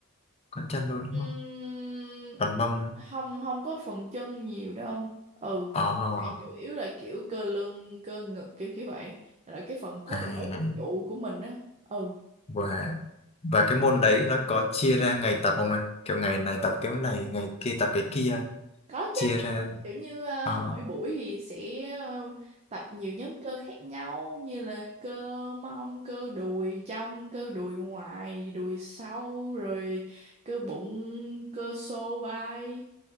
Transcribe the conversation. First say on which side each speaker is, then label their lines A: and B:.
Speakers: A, on the left; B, on the right.
A: có chân luôn đúng
B: Ừm,
A: không còn mông
B: không không có phần chân nhiều đâu ừ
A: ờ
B: sẽ chủ yếu là kiểu cơ lưng cơ ngực kiểu kiểu vậy là cái phần cốt
A: à
B: lõi phần trụ của mình á ừ
A: và và cái môn đấy nó có chia ra ngày tập không anh kiểu ngày này tập cái này ngày kia tập cái kia
B: Có
A: chia
B: chứ.
A: ra
B: Kiểu như ờ,
A: ờ
B: mỗi buổi thì sẽ ờ, tập nhiều nhóm cơ khác nhau như là cơ mông, cơ đùi trong, cơ đùi ngoài, đùi sau rồi cơ bụng, cơ xô vai.